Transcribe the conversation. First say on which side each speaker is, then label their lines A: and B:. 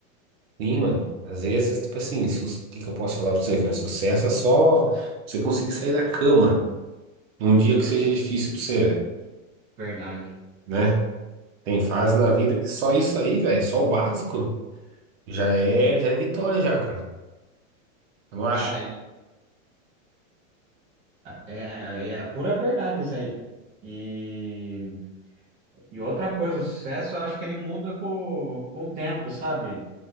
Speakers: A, on the right (about 50°); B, on the right (about 15°).
A: Sim, mano. Às vezes, tipo assim, o que que eu posso falar pra você, cara? Sucesso é só você conseguir sair da cama num dia que seja difícil pra você, velho,
B: Verdade.
A: né? Tem fase na vida
B: Sim.
A: que só isso aí, velho, só o básico. Já é, já é vitória já, cara. Eu não acho.
B: Cara, e- é, é a pura verdade isso aí. E, e outra coisa, o sucesso eu acho que ele muda com, com o tempo, sabe?